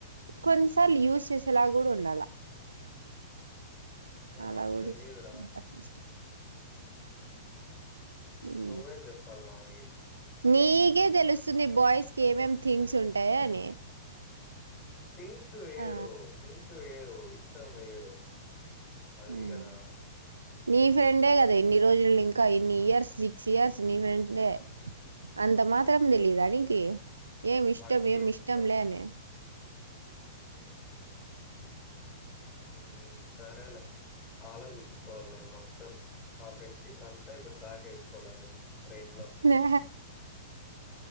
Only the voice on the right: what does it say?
కొన్నిసార్లు యూస్ చేసేలాగ్ గూడా ఉండాలా
అలా కూడా
ఇష్టం
నాకు అట్ల ఇష్టం ఉమ్.
నీకే తెలుస్తుంది బాయ్స్ కి ఏమేమి థింగ్స్ ఉంటాయా అని
ఆ
ఉమ్
నీ ఫ్రెండే కదా ఇన్ని రోజులు ఇంకా ఇన్ని ఇయర్స్ సిక్స్ ఇయర్స్ నీ ఫ్రెండే అంత మాత్రం దేలీదా నీకి ఏమి ఇష్టం
ఏమి ఇష్టం
లే అని
ఆ